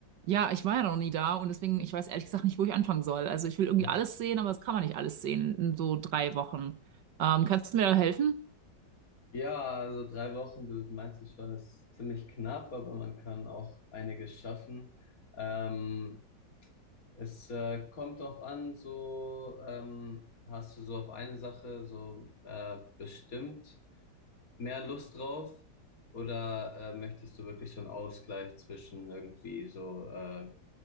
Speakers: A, on the right; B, on the left.
A: ja, ich war ja noch nie da und deswegen, ich weiß ehrlich gesagt nicht, wo ich anfangen soll. Also ich will irgendwie
B: Hm.
A: alles sehen, aber das kann man nicht alles sehen in so drei Wochen. Ähm, kannst du mir da helfen?
B: Ja, also drei Wochen, du meinst es schon, ist ziemlich knapp, aber man kann auch einiges schaffen. Ähm, es äh, kommt drauf an, so ähm, hast du so auf eine Sache so äh, bestimmt mehr Lust drauf oder äh, möchtest du wirklich so einen Ausgleich zwischen irgendwie so, äh,